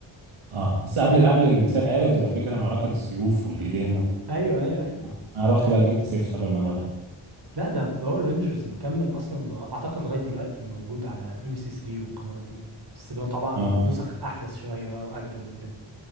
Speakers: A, on the right; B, on the right.
A: اه بس
B: انا
A: قبل
B: ب...
A: قبل الانسان الالي بتبقى فيه كده معركه بالسيوف والايدين و...
B: ايوه ايوه ايوه
A: آه، انا رحت
B: أنا عارف
A: بقى جبت سيف سبب الموضوع ده
B: لا ده باور رينجرز مكمل اصلا لغ... اعتقد لغايه دلوقتي موجود على ام سي 3 والقنوات دي بس بقى طبعا
A: اه
B: نسخ احدث شويه بقى واجدد وكده